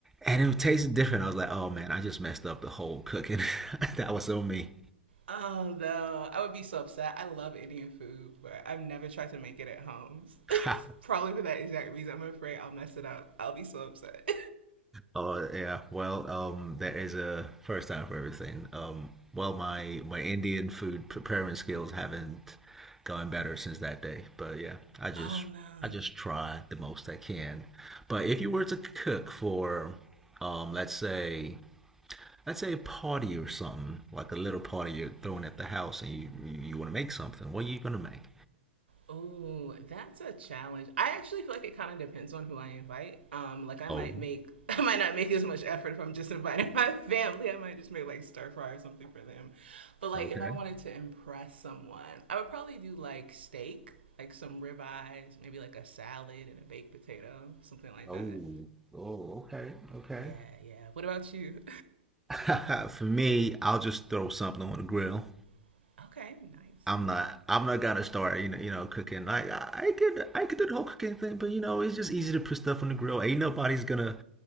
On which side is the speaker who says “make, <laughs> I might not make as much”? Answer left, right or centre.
Right